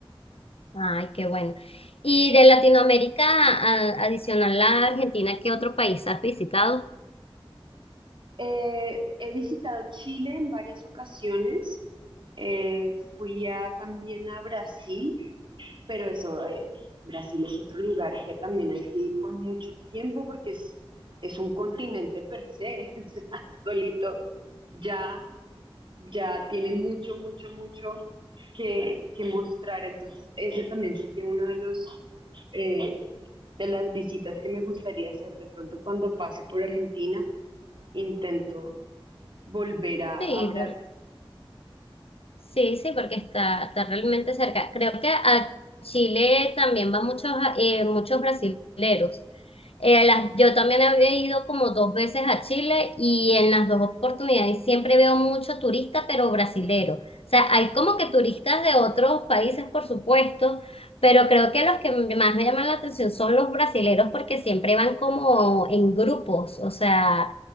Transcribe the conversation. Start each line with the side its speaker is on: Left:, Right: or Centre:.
Left: Ay, qué bueno. Y de Latinoamérica, a- adicional a Argentina, ¿qué otro país has visitado?
Right: Eh, he visitado Chile en varias ocasiones, eh, fui a- también a Brasil Pero eso, eh, Brasil es otro lugar que también hay que ir con mucho tiempo porque es, es un continente per se, <laughs> o sea, solito ya, ya tiene mucho, mucho, mucho que, que mostrar. Entonces, ese también sería uno de los, eh, de las visitas que me gustaría hacer. De pronto, cuando pase por Argentina, intento volver a,
Left: Sí,
Right: a Brasil.
Left: Sí, sí, porque está, está realmente cerca. Creo que a Chile también van muchos, eh, muchos brasileros. Eh, las- yo también había ido como dos veces a Chile y en las dos oportunidades siempre veo mucho turista, pero brasilero. O sea, hay como que turistas de otros países, por supuesto, pero creo que los que más me llaman la atención son los brasileros porque siempre van como en grupos, o sea,